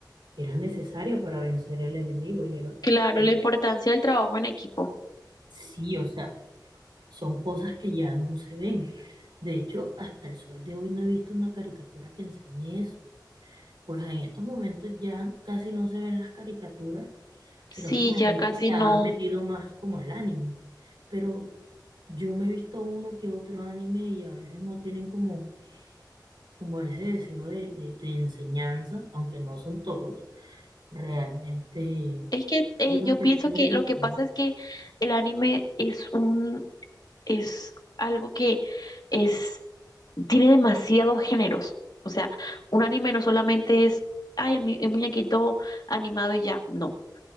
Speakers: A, on the right; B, on the left.
A: era necesaria para vencer el enemigo y el objetivo.
B: Claro, la importancia del trabajo en equipo.
A: Sí, o sea, son cosas que ya no se ven. De hecho, hasta el sol de hoy no he visto una caricatura que enseñe eso. Pues en estos momentos ya casi no se ven las caricaturas sino
B: Sí,
A: que la
B: ya
A: gente
B: casi
A: se ha
B: no.
A: metido más como al anime. Pero yo me he visto uno que otro anime y a veces no tienen como, como ese deseo de, de, de enseñanza, aunque no son todos, realmente.
B: Es que eh,
A: hay unos
B: yo
A: que
B: pienso
A: sí,
B: que
A: hay unos
B: lo
A: que
B: que pasa
A: no.
B: es que el anime es un es algo que es, tiene demasiados géneros. O sea, un anime no solamente es, ay, el, mu- el muñequito animado y ya, no.